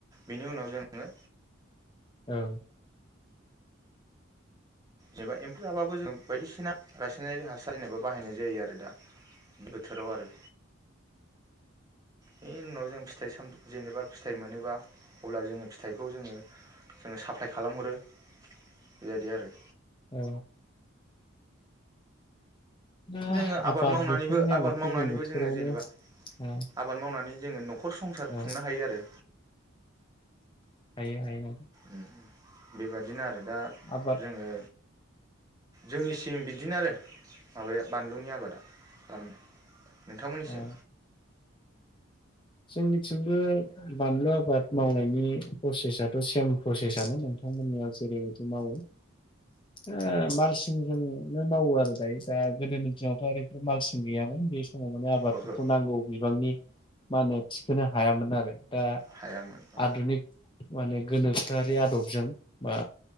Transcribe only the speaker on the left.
औ।
औ। औ
बोथोरनि
आबादखौ
जों बोथोरावनो
ओ
औ
हायो हायो नों
आबाद
ओ जोंनिथिंबो बानलु आबाद मावनायनि प्रसेसाथ' सेम प्रसेसानो नोंथांमोननिया जेरैबायदि मावो ओ मालसिंजोंनो मावो आरो दायो दा गोदोनि दिनावथ' ओरै मालसिं गैयामोन बे औ माने आबादफोरखौ
नांगौ बिबांनि मा होनो थिखोनो हायामोन आरो दा
आधुनिक माने गोनोखोआरि आदबजों बा